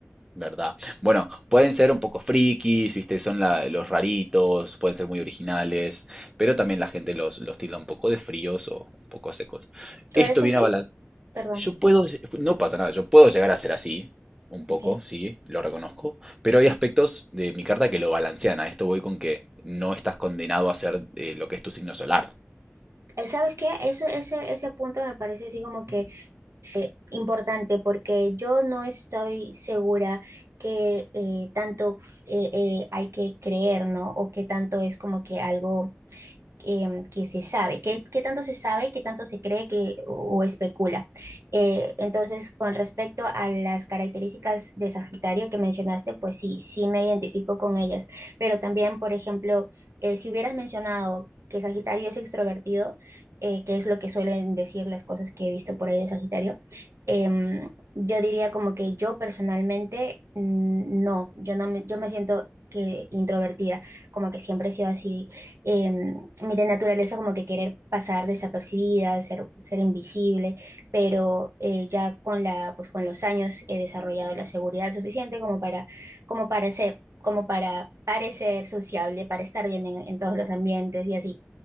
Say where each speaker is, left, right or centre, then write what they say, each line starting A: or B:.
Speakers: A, on the right; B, on the right.
A: ¿Verdad? Bueno, pueden ser un poco frikis, ¿viste? Son la- los raritos, pueden ser muy originales, pero también la gente los, los tilda un poco de fríos o un poco secos.
B: ¿Tú
A: Esto
B: eres
A: viene
B: así?
A: a balan-
B: Perdón.
A: Yo puedo, lle- no pasa nada, yo puedo llegar a ser así, un poco,
B: Ok. Eh,
A: sí, lo reconozco, pero hay aspectos de mi carta que lo balancean. A esto voy con que no estás condenado a ser eh, lo que es tu signo solar.
B: ¿Sabes qué? Eso, ese, ese punto me parece así como que importante porque yo no estoy segura que eh, tanto eh, eh, hay que creer, ¿no? O que tanto es como que algo em, que se sabe, qué, qué tanto se sabe, qué tanto se cree que, o, o especula. Eh, entonces, con respecto a las características de Sagitario que mencionaste, pues sí, sí me identifico con ellas, pero también, por ejemplo, eh, si hubieras mencionado que Sagitario es extrovertido, eh, que es lo que suelen decir las cosas que he visto por ahí de Sagitario, em, yo diría como que yo personalmente mm, no, yo no me, yo me siento que introvertida, como que siempre he sido así. em, mi de naturaleza como que querer pasar desapercibida, ser, ser invisible, pero eh, ya con la, pues con los años he desarrollado la seguridad suficiente como para, como para ser, como para parecer sociable, para estar bien en, en todos los ambientes y así.